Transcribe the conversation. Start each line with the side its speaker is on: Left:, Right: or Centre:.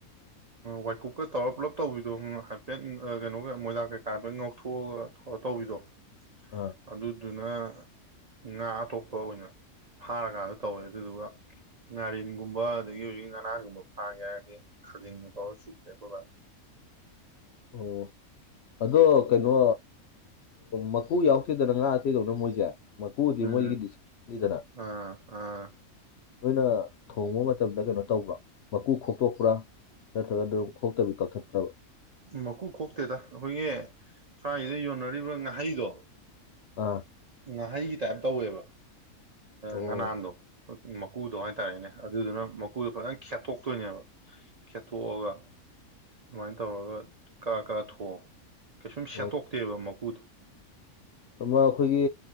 Right: ꯋꯥꯏꯀꯨꯞꯀ ꯇꯧꯔꯒ ꯄꯨꯂꯞ ꯇꯧꯕꯤꯗꯣ ꯍꯥꯏꯐꯦꯠ ꯀꯩꯅꯣꯒ ꯃꯣꯏꯗꯥ ꯀꯩꯀꯥ ꯍꯥꯏꯐꯦꯠ ꯉꯧꯊꯣꯛꯑꯒ ꯇꯧꯕꯤꯗꯣ <inaudible>
Left: ꯑ
Right: ꯑꯗꯨꯗꯨꯅ ꯉꯥ ꯑꯇꯣꯞꯄ ꯑꯣꯏꯅ ꯐꯥꯔꯀꯥꯟꯗ ꯇꯧꯋꯦ ꯑꯗꯨꯗꯨꯒ ꯉꯥꯔꯤꯟꯒꯨꯝꯕ ꯑꯗꯒꯤ ꯍꯧꯖꯤꯛ ꯉꯥꯅꯥꯟꯒꯨꯝꯕ ꯐꯥꯒꯦ ꯍꯥꯏꯔꯗꯤ ꯈꯥꯖꯤꯡꯅ ꯇꯧꯔ ꯆꯨꯞꯄꯦ ꯑꯈꫭꯏꯕꯥꯗꯤ
Left: ꯑꯣ ꯑꯗꯣ ꯀꯩꯅꯣ ꯃꯀꯨ ꯌꯥꯎꯇꯦꯗꯅ ꯉꯥ ꯑꯇꯩꯗꯧꯅ ꯃꯣꯏꯁꯦ ꯃꯀꯨꯗꯤ
Right: ꯎꯝ
Left: ꯃꯣꯏꯒꯤꯗꯤ <unintelligible>
Right: ꯑꯥ ꯑꯥ
Left: ꯅꯣꯏꯅ ꯊꯣꯡꯕ ꯃꯇꯝꯗ ꯀꯩꯅꯣ ꯇꯧꯕ꯭ꯔꯥ ꯃꯀꯨ ꯈꯣꯛꯇꯣꯛꯄ꯭ꯔꯥ ꯅꯠꯇ꯭ꯔꯒ ꯑꯗꯨꯝ ꯈꯣꯛꯇꯕꯤ ꯀꯛꯊꯠꯄ꯭ꯔꯕ
Right: ꯃꯀꯨ ꯈꯣꯛꯇꯦꯗ ꯑꯩꯈꯣꯏꯒꯤ ꯁ꯭ꯋꯥꯏꯁꯤꯗ ꯌꯣꯟꯅꯔꯤꯕ ꯉꯥꯍꯩꯗꯣ
Left: ꯑꯥ
Right: ꯉꯥꯍꯩꯒꯤ ꯇꯥꯏꯞ ꯇꯧꯋꯦꯕ
Left: ꯑꯣ
Right: ꯉꯅꯥꯟꯗꯣ ꯃꯀꯨꯗꯣ ꯍꯥꯏꯇꯥꯔꯦꯅꯦ ꯑꯗꯨꯗꯨꯅ ꯃꯀꯨꯗꯣ ꯈꯤꯇꯪ ꯈꯦꯠꯇꯣꯛꯇꯣꯏꯅꯦꯕ ꯈꯦꯠꯇꯣꯛꯑꯒ ꯑꯗꯨꯃꯥꯏꯅ ꯇꯧꯔꯒ ꯀꯥꯛꯑ ꯀꯥꯛꯑ ꯊꯣꯡ ꯀꯩꯁꯨꯝ
Left: ꯑꯣ
Right: ꯁꯦꯠꯇꯣꯛꯇꯦꯕ ꯃꯀꯨꯗꯣ
Left: ꯑꯃ ꯑꯩꯈꯣꯏꯒꯤ